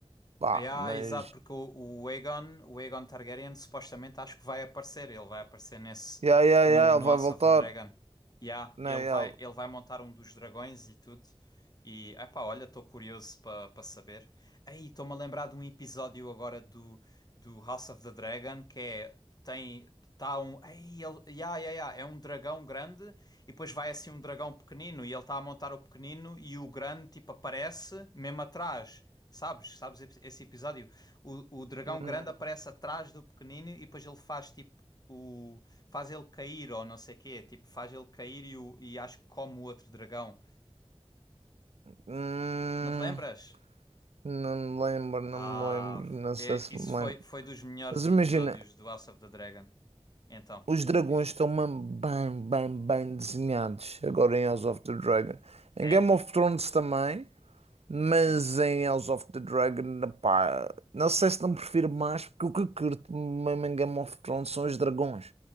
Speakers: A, on the right; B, on the left.
A: Pá,
B: Yeah,
A: mas.
B: exato, porque o, o Aegon, o Aegon Targaryen, supostamente acho que vai aparecer. Ele vai aparecer nesse
A: Yeah, yeah,
B: no,
A: yeah,
B: no
A: ele vai
B: House
A: voltar.
B: of the Dragon. Yeah,
A: Não,
B: ele
A: yeah.
B: vai, ele vai montar um dos dragões e tudo. E epá, olha, estou curioso para para saber. Aí, estou-me a lembrar de um episódio agora do, do House of the Dragon que é tem tá um, ei, ele, yeah, yeah, yeah, é um dragão grande E depois vai assim um dragão pequenino e ele está a montar o pequenino e o grande tipo aparece mesmo atrás. Sabes? Sabes ep- esse episódio? O, o dragão
A: Hum,
B: grande aparece atrás do pequenino e depois ele faz tipo o faz ele cair ou não sei quê, tipo faz ele cair e, o, e acho que come o outro dragão.
A: hum,
B: Não te lembras?
A: não me lembro, não
B: Ah,
A: me lembro,
B: fo-
A: não sei
B: é-
A: se
B: isso
A: me
B: foi
A: lembro.
B: foi dos melhores
A: Mas imagina,
B: episódios do House of the Dragon. Então,
A: os dragões
B: diz.
A: estão mesmo bem, bem, bem desenhados agora em House of the Dragon. Em
B: É?
A: Game of Thrones também. Mas
B: Sim.
A: em House of the Dragon, pá, não sei se não prefiro mais, porque o que eu curto mesmo em Game of Thrones são os dragões.